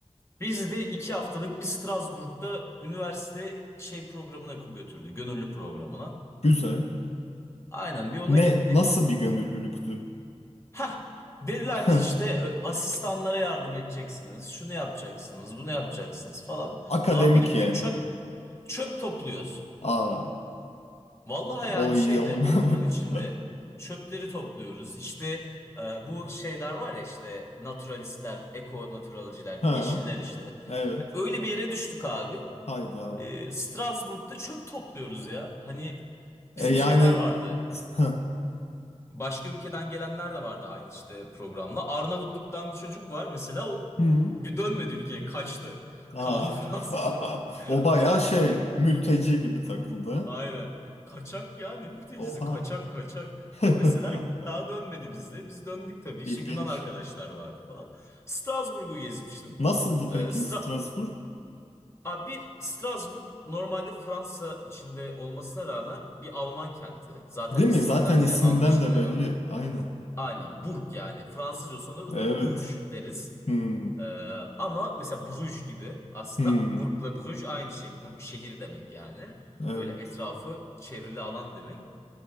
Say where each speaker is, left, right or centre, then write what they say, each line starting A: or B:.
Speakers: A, on the left; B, on the left.
A: Bizi de iki haftalık bir Strasbourg'da üniversite şey programına götürdü. Gönüllü programına.
B: Güzel.
A: Aynen bir ona
B: Ne
A: gittik.
B: nasıl bir gönüllülüktü?
A: Ha dediler
B: <laughs>
A: ki işte ö, asistanlara yardım edeceksiniz. Şunu yapacaksınız, bunu yapacaksınız falan.
B: Akademik
A: Ulan bir gittik
B: yani.
A: çöp çöp topluyoruz.
B: Aa,
A: Vallahi
B: o
A: yani
B: iyi
A: şeyde
B: olmam.
A: okulun içinde
B: <laughs>
A: çöpleri topluyoruz. İşte e, bu şeyler var ya işte naturalistler, eko naturalciler,
B: Ha,
A: yeşiller işte.
B: evet.
A: E, Öyle bir yere düştük abi.
B: Hayda.
A: E, Strasbourg'da çöp topluyoruz ya. Hani
B: E
A: bizim
B: yani
A: şeyler vardı.
B: hı.
A: Başka ülkeden gelenler de vardı aynı işte programla. Arnavutluk'tan bir çocuk var mesela o
B: Hı.
A: bir dönmedi ülkeye kaçtı.
B: Aa.
A: Kaldı <laughs> Fransa'da.
B: <laughs>
A: <laughs>
B: O bayağı şey
A: Ay-
B: mülteci gibi takıldı.
A: Aynen. Kaçak ya ne mültecisi
B: Oha.
A: kaçak kaçak.
B: <laughs>
A: O mesela daha dönmedi bizle. Biz döndük tabii. İşte
B: İlginç.
A: Yunan arkadaşlar vardı falan. Strasbourg'u gezmiştim.
B: Nasıldı
A: Ee,
B: peki
A: Stra
B: Strasbourg?
A: Aa, bir Strasbourg normalde Fransa içinde olmasına rağmen bir Alman kenti. Zaten
B: Değil mi?
A: isminden
B: Zaten isminden
A: de anlaşılıyor.
B: de belli. Aynen.
A: Aynen burk yani. Fransızca sonunda
B: Evet.
A: buna bürj deriz.
B: Hmm.
A: Ee, ama mesela Bruges gibi aslında
B: Hmm.
A: burkla Bruges aynı şey. Burk şehir demek yani.
B: Evet.
A: Böyle etrafı çevrili alan demek.